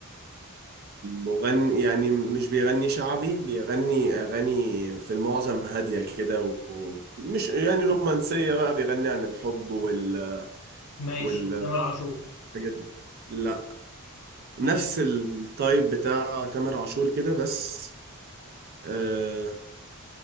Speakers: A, on the right; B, on the left.
A: مغني يعني مش بيغني شعبي بيغني أغاني في المعظم هادية كده ومش يعني رومانسية بقى بيغني عن الحب وال
B: ماشي
A: والحاجات
B: تامر عاشور
A: دي لا
B: ماشي
A: نفس التايب بتاع تامر عاشور كده بس آه